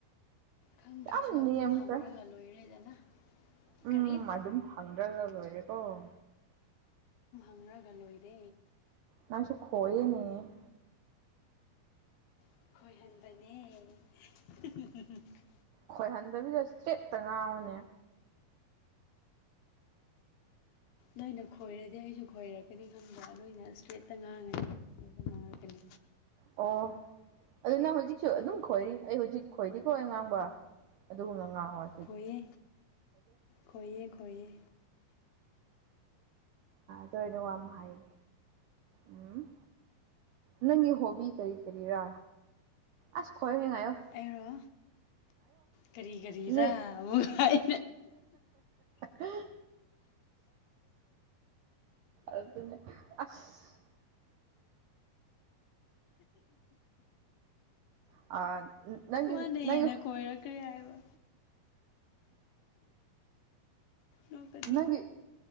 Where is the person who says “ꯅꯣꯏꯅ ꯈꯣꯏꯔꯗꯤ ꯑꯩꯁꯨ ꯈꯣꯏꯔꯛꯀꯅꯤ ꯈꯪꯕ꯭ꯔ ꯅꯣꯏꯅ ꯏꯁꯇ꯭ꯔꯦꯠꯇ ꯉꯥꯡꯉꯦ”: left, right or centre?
Left